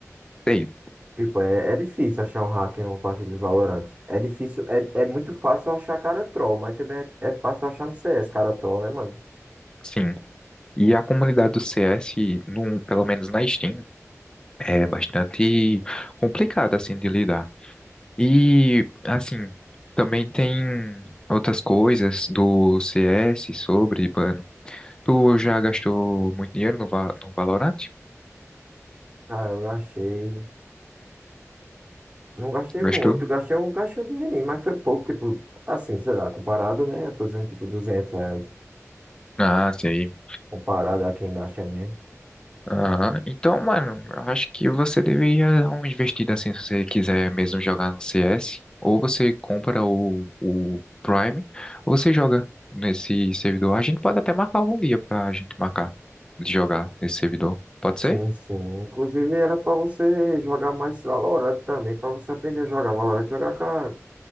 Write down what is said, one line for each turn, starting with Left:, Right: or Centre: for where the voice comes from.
Left: sei,
Right: Tipo, é, é difícil achar um hacker numa partida de Valorant. É difícil, é, é muito fácil achar cara troll, mas também é, é fácil achar no CS cara troll, né, mano?
Left: sim. E a comunidade do CS, no, pelo menos na Steam, é bastante complicada, assim, de lidar. E, assim, também tem outras coisas do CS sobre, mano. Tu já gastou muito dinheiro no, Va- no Valorant?
Right: Ah, eu gastei. Não gastei
Left: Gastou?
Right: muito, gastei um, gastei um dinheirinho, mas foi pouco, tipo, assim, sei lá, comparado, né? Eu tô dizendo, tipo, 200 reais,
Left: Ah, sim.
Right: comparado a quem gasta mesmo.
Left: Aham. Então, mano, eu acho que você deveria dar uma investida assim se você quiser mesmo jogar no CS. Ou você compra o, o Prime, ou você joga nesse servidor. A gente pode até marcar algum dia pra gente marcar de jogar nesse servidor. Pode
Right: Sim,
Left: ser?
Right: sim. Inclusive era pra você jogar mais Valorant também, pra você aprender a jogar Valorant, jogar com a,